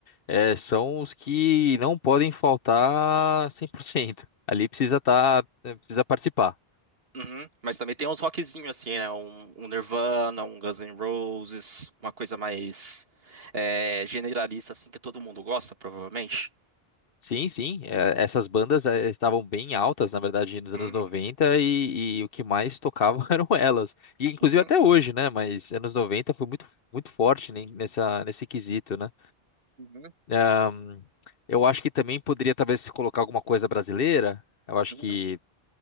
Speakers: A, on the left (about 65°); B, on the right (about 65°).
A: É, são os que não podem faltar cem por cento Ali precisa tá, é, precisa participar.
B: Uhum. Mas também tem uns rockzinhos assim, né? Um, um Nirvana, um Guns N' Roses, uma coisa mais é, generalista, assim, que todo mundo gosta, provavelmente.
A: Sim, sim, é, essas bandas é, estavam bem altas, na verdade, nos anos
B: Uhum,
A: 90 e, e o que mais tocavam <laughs> eram elas. E inclusive
B: uhum,
A: até hoje, né? Mas anos 90 foi muito, muito forte nem- nessa, nesse quesito, né?
B: uhum,
A: Ahn, eu acho que também poderia talvez se colocar alguma coisa brasileira. Eu acho
B: uhum.
A: que